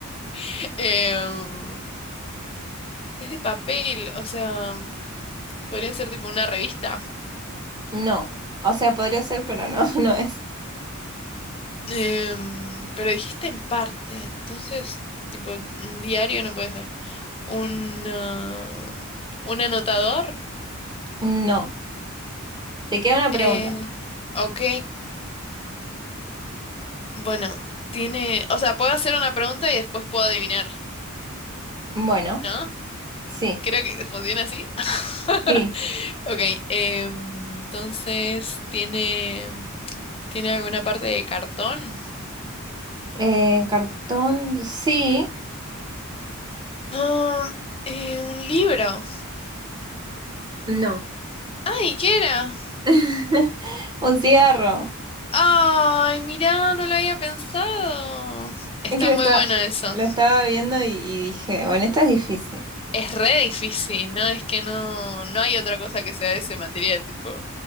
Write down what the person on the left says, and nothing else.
<laughs> em, es de papel, o sea, podría ser tipo una revista.
Em, pero dijiste en parte, entonces, tipo, un diario no puede ser. Un, ah, un anotador.
Eh,
ok. Bueno, tiene, o sea, puedo hacer una pregunta y después puedo adivinar,
¿no?
Creo que funciona así. <laughs>
Ok, em, entonces, ¿tiene, ¿tiene alguna parte de cartón?
Ah, eh, un libro.
Ay, ¿qué era?
Ay, mirá, no lo había pensado. Está
muy
bueno eso.
Es re difícil, ¿no? Es que no, no hay otra cosa que sea de ese material, tipo.